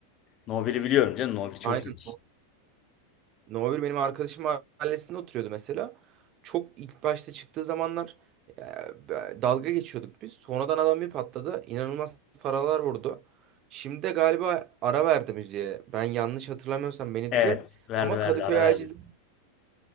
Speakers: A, on the left; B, on the right.
A: No 1'i biliyorum canım. No 1 çok
B: Aynen.
A: iyidir.
B: No bir benim arkadaşım mahallesinde oturuyordu mesela. Çok ilk başta çıktığı zamanlar e, dalga geçiyorduk biz. Sonradan adam bir patladı. İnanılmaz paralar vurdu. Şimdi de galiba ara verdi müziğe. Ben yanlış hatırlamıyorsam beni
A: Evet,
B: düzelt.
A: verdi
B: Ama
A: verdi,
B: Kadıköy
A: ara verdi.
B: Acil'den